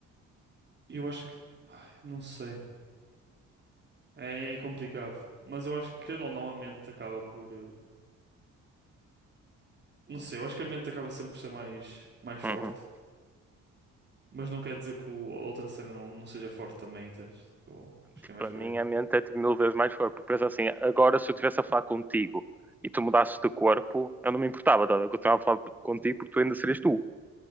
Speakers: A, on the right (about 35°); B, in the centre.
A: Eu acho que. Ai, não sei. É, é complicado. Mas eu acho que, querendo ou não, a mente acaba por. eh, Não sei, eu acho que a mente acaba sempre por ser mais, mais forte.
B: Uhum.
A: Mas não quer dizer que o- a outra cena não, não seja forte também, entendes? Tipo, acho que é mais
B: para
A: por
B: mim
A: aí.
B: a mente é tipo, mil vezes mais forte. Porque pensa assim, agora se eu estivesse a falar contigo e tu mudasses de corpo, eu não me importava, tá? eu continuava a falar contigo porque tu ainda serias tu.